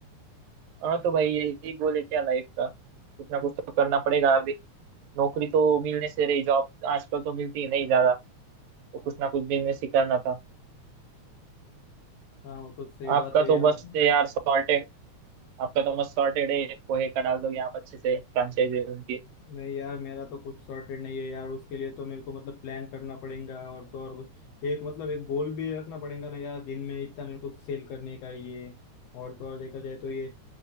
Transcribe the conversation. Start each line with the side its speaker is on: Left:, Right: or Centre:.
Right: हाँ तो भाई यही गोल है क्या लाइफ का कुछ ना कुछ तो करना पड़ेगा अभी नौकरी तो मिलने से रही जॉब आजकल तो मिलती ही नहीं ज्यादा तो कुछ ना कुछ बिजनेस ही करना था
Left: हाँ वो तो सही
Right: आपका
Left: बात है
Right: तो
Left: यार
Right: बस है यार सॉर्टेड आपका तो मस्त सॉर्टेड है पोहे का डाल दो यहाँ अच्छे से फ्रांचाइजी उनकी
Left: नहीं यार मेरा तो कुछ सॉर्टेड नहीं है यार उसके लिए तो मेरे को मतलब प्लान करना पड़ेगा और तो और कुछ- एक मतलब एक गोल भी रखना पड़ेगा ना यार दिन में इतना मेरे को सेल करने का ये और तो और देखा जाए तो ये